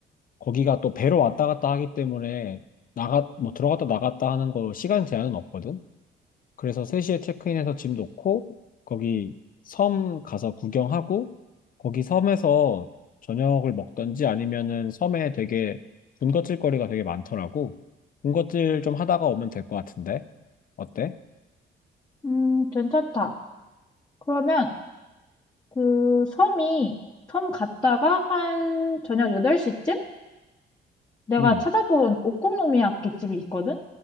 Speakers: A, on the left; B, on the left.
A: 거기가 또 배로 왔다 갔다 하기 때문에 나가 뭐 들어갔다 나갔다 하는 거 시간 제한은 없거든. 그래서 3시에 체크인해서 짐 놓고 거기 섬 가서 구경하고 거기 섬에서 저녁을 먹던지 아니면은 섬에 되게 군것질 거리가 되게 많더라고. 군것질 좀 하다가 오면 될 것 같은데. 어때?
B: 음, 괜찮다. 그러면 그 섬이 섬 갔다가 한 저녁 8시쯤 내가
A: 음,
B: 찾아본 오코노미야끼 집이 있거든?